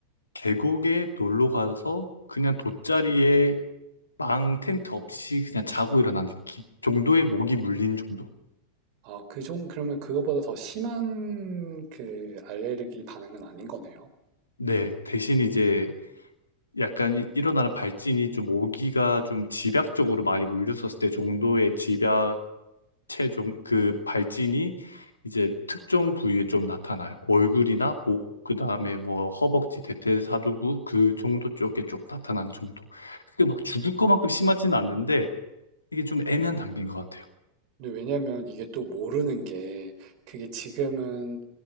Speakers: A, on the left (about 80°); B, on the right (about 45°).
A: 계곡에 놀러 가서, 그냥 돗자리에 망 텐트 없이 그냥 자고 일어난 느낌 정도의 모기 물린 정도.
B: 아, 그 종, 그러면 그거보다 더 심한 그 알레르기 반응은 아닌 거네요.
A: 네, 대신 이제 약간 이- 일어나는 발진이 좀 모기가 좀 집약적으로 많이 물렸었을 때 정도의 집약. 체중 그 발진이 이제 특정 부위에 좀 나타나요. 얼굴이나 목, 그다음에 뭐 허벅지, 대퇴사두부 그 정도 쪽에 좀 나타나는 정도. 그게 막 죽을 것만큼 심하진 않는데 이게 좀 애매한 단계인 것 같아요.
B: 근데 왜냐면 이게 또 모르는 게 그게 지금은